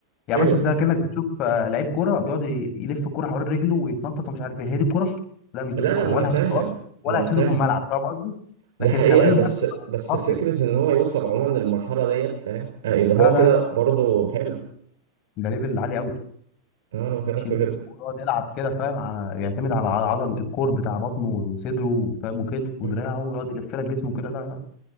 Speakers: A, on the left; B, on the right.
A: يعني
B: ايوه
A: مثلا زي كانك بتشوف آه، لعيب كوره بيقعد ي- يلف الكوره حوالين رجله ويتنطط ومش عارف ايه هي دي الكوره لا مش دي
B: لا
A: الكوره
B: لا ما
A: ولا
B: انا فاهم
A: هتفيده اصلا ولا
B: ما انا
A: هتفيده
B: فاهم
A: في الملعب فاهم قصدي
B: ده
A: لكن
B: حقيقة
A: التمارين
B: بس
A: بقى بتبقى
B: بس
A: قاسيه
B: فكرة إن هو يوصل عموما للمرحلة ديت فاهم آه، يبقى
A: لا
B: هو
A: لا
B: كده
A: لا
B: برضه حلو
A: ده ليفل عالي قوي
B: أنا أنا بكلمك
A: يشيل
B: في كده
A: جسمه ويقعد يلعب كده فاهم على يعتمد على عضل الكور بتاع بطنه وصدره وفاهم وكتف ودراعه
B: مم.
A: ويقعد يلف لك جسمه كده لا لا